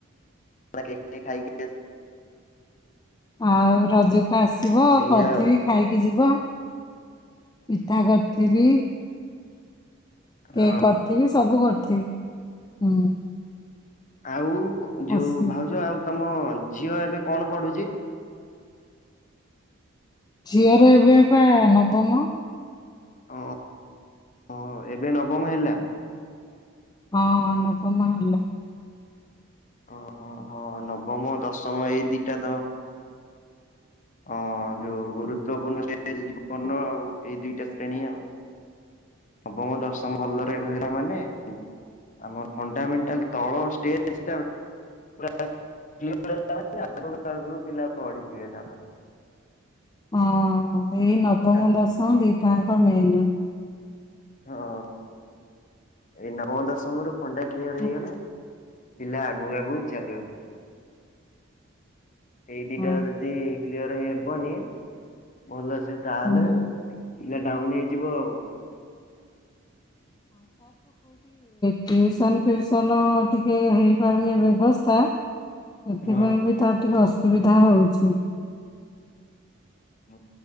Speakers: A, on the left; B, on the left.
A: କେକ ଟିକେ ଖାଇବି।
B: ଆଉ ରଜକୁ ଆସିବ
A: ସେଇଆ
B: କରିଥିବି
A: ଆଉ
B: ଖାଇକି ଯିବ। ପିଠା କରିଥିଲି।
A: ହଁ
B: କେକ କରିଥିବି ସବୁ କରି ଥିବି ହୁଁ।
A: ଆଉ ଯୋଉ
B: ଆସିବ
A: ଭାଉଜ ଆଉ ତମ ଝିଅ ଏବେ କଣ ପଢୁଚି?
B: ଝିଅ ର ଏବେପା ନବମ।
A: ହଁ ହଁ ଏବେ ନବମ ହେଲା?
B: ହଁ ନବମ ହେଲା।
A: ଓହୋ ହଁ ନବମ ଦଶମ ଏଇ ଦିଟା ତ ହଁ ଯୋଉ ଗୁରୁପୂର୍ଣ୍ଣ ଜୀବନ ର ଆଉ ଏଇ ଦିଟା ଶ୍ରେଣୀ ଆଉ ନବମ ଦଶମ ଭଲରେ ରହିଲା ମାନେ ଆମର ଫଣ୍ଡାମେଣ୍ଟାଲ ତଳ ଷ୍ଟେଜଟା ପୁରା କ୍ଲିୟର ହେଲା ମାନେ ଆଗକୁ ଆଗକୁ ପିଲା ପଢ଼ୀ ଯିବେ ତା ପରେ।
B: ହଁ। ଏଇ ନବମ
A: ହଁ
B: ଦଶମ ଦିଟାଙ୍କ କମେଇଲି
A: ହଁ। ଏଇ ନବମ ଦଶମ ର ଫଣ୍ଡା କ୍ଲିୟର
B: ହଁ
A: ହେଇଗଲେ ପିଲା ଆଗକୁ ଆଗକୁ ଚାଲିବ। ଏଇ ଦିଟା
B: ହଁ
A: ଯଦି। କ୍ଲିୟର ହେଇ ହେବନି ଭଲ ସେ ସେ ତାହେଲେ
B: ହୁଁ
A: ପିଲା ଡାଉନ ହେଇଯିବ ଆଉ।
B: ଟଟିଉସନ୍ ଫିଉସନ୍ ଟିକେ ହେଇପାରୁନି ବ୍ୟବସ୍ଥା ସେଥିପାଇଁ
A: ହଁ
B: ବି ତାରଟିକେ ଅସୁ ସୁବିଧା ହଉଛି।
A: ହ